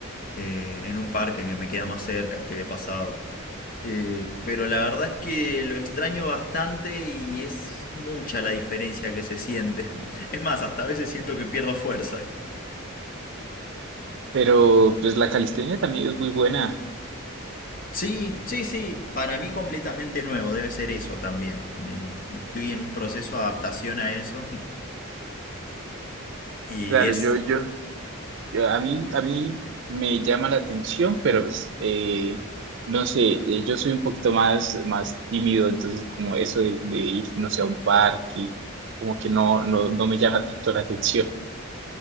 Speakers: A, on the left (about 40°); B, on the right (about 55°).
A: eh, en un parque que me queda más cerca, estoy de pasado. Eh, pero la verdad es que lo extraño bastante y es mucha la diferencia que se siente. <laughs> Es más, hasta a veces siento que pierdo fuerza.
B: Pero pues la calistenia también es muy buena.
A: Sí, sí, sí, para mí completamente nuevo, debe ser eso también. Eh, estoy en un proceso de adaptación a eso <laughs> y
B: Claro,
A: es
B: yo, yo, Yo- A mí, a mí me llama la atención, pero pues, eh, no sé, eh, yo soy un poquito más, más tímido, entonces como eso de, de ir, no sé, a un parque, como que no, no, no me llama <laughs> tanto la atención.